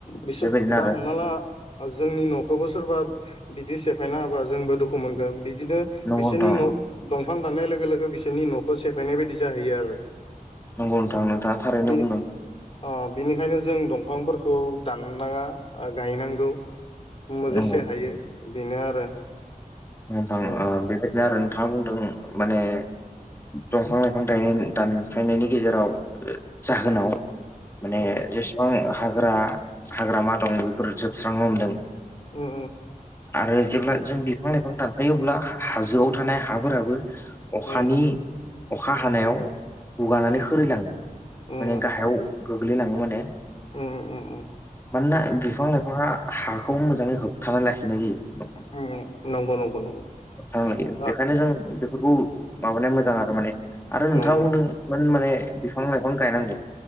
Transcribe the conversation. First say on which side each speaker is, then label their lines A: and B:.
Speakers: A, on the left; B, on the left.
A: बिसोर
B: बेबायदिनो
A: दा
B: आरो
A: हमना ला जोंनि न'खौबो सोरबा बिदि सेफायना होबा जोंबो दुखु मोनगोन बिदिनो
B: नंगौ
A: बिसोरनि
B: नोंथां
A: न' दंफां दाननाय लोगो लोगो बिसोरनि न'खौ सेफायनाय बायदि जाहैयो आरो।
B: नंगौ नोंथां नोंथाङा थारैनो
A: बे
B: बुंदों।
A: अ बिनिखायनो जों दंफांफोरखौ दाननाङा गायनांगौ। मोजेसे
B: नंगौ
A: हायो बेनो आरो।
B: नोंथां
A: उम
B: बेबायदिनो आरो नोंथाङा बुंदों माने दंफां लाइफां गायनाय दानफायनायनि गेजेराव जाहोनाव। माने
A: उम
B: जेसेबां हाग्रा हाग्रामा दं बेफोर जोबस्रांनो हमदों।
A: उम
B: आरो जेब्ला जों बे इफां दानफायो अब्ला हाजोआव थानाय हाफोराबो अखानि
A: उम
B: अखा हानायाव
A: उम
B: गुगानानै
A: उम उम
B: खोरैलाङो
A: उम
B: माने गाहायाव गोग्लैलाङो माने।
A: उम उम
B: मानोना बिफां लाइफाङा हाखौ मोजाङै होबथानानै लाखिनाय जायो।
A: उ नंगौ नंगौ नंगौ।
B: हथानां लायो बेखायनो
A: ओ
B: जों बेफोरखौ माबानाया मोजां आरो माने आरो नोंथाङा
A: नंगौ
B: बुंदों। माने बिफां लाइफां गायनांगौ